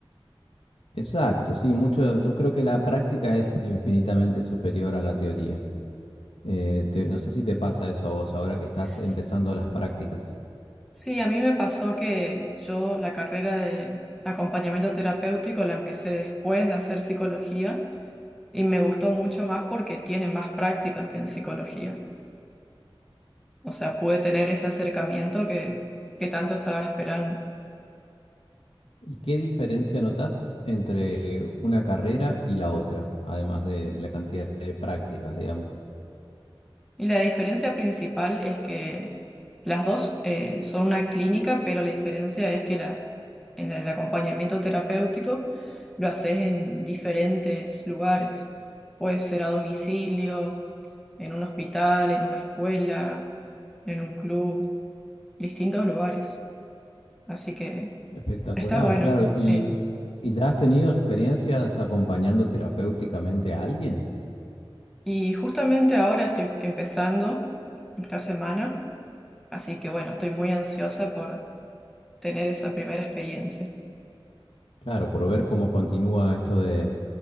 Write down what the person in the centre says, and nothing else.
S-
s-
Sí, a mí me pasó que yo la carrera de acompañamiento terapéutico la empecé después de hacer psicología y me gustó mucho más porque tiene más prácticas que en psicología. O sea, pude tener ese acercamiento que, que tanto estaba esperando.
Y la diferencia principal es que las dos eh, son una clínica, pero la diferencia es que la- en el acompañamiento terapéutico lo haces en diferentes lugares. Puede ser a domicilio, en un hospital, en una escuela, en un club, distintos lugares. Así que
está bueno,
sí.
Y justamente ahora estoy empezando esta semana, así que bueno, estoy muy ansiosa por tener esa primera experiencia.